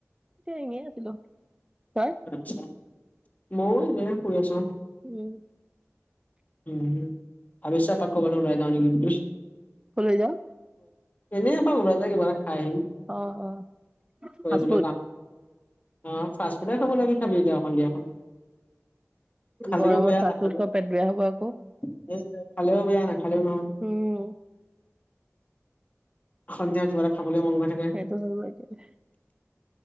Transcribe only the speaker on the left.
আচ্ছা। ময়ো এনে শুই আছোঁ।
উম <unintelligible> তাত খবৰ লবলৈ ওলাই যাওঁ নেকি বুলি।
এনেই এপাক ওলাই যায় কিবা এটা খাই আহিম।
কৰিবলৈ
কাম অ ফাষ্ট ফুডে খাব লাগে, কি খাবি এতিয়া অ সন্ধিয়াখন। খালেও
বেয়া
নাখালেও
<unintelligible> খালেও বেয়া, নাখালেও নহয়।
সন্ধিয়া কিবা এটা খাবলে মন‌ গৈ থাকে।